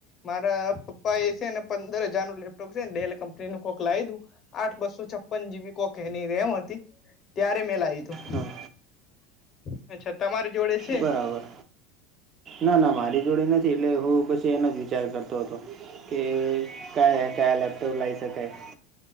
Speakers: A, on the left (about 40°); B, on the right (about 40°).
A: મારા પપ્પા એ છે ને પંદર હજાર નું લેપટોપ છે ને ડેલ કંપનીનું કોક લાય દું. આઠ બસો છપન જીબી કોક એની રેમ હતી ત્યારે મેં લાયુ તું.
B: હા
A: <unintelligible> અચ્છા તમારી જોડે છે
B: બરાબર. ના ના મારી જોડે નથી એટલે હું બસ એમ જ વિચાર કરતો હતો કે કાલે કાલે લેપટોપ લાવ શકાય